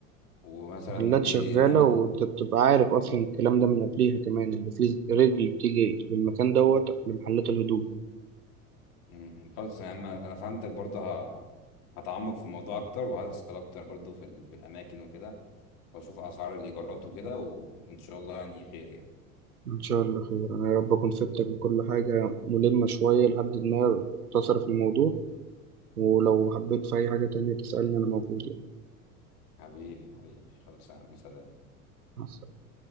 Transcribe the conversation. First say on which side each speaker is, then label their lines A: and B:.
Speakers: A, on the left; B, on the right.
A: ومثلا
B: محلات
A: ايه
B: شغالة
A: ان انا
B: وأنت بتبقى عارف أصلا الكلام ده من قبليها كمان اللي فيه رجل بتيجي للمكان دوت لمحلات الهدوم
A: مم. خلاص يا عم انا فهمتك برضه ه... هتعمق في الموضوع اكتر وهسأل اكتر برضه في, ال... في الاماكن وكده واشوف اسعار الايجارات وكده و... وان شاء الله يعني خير يعني
B: إن شاء الله خير أنا يا رب أكون فدتك بكل حاجة ملمة شوية لحد ما اختصر في الموضوع ولو حبيت في أي حاجة تانية تسألني أنا موجود يعني
A: حبيبي حبيبي خلاص يا عم سلام
B: مع السلامة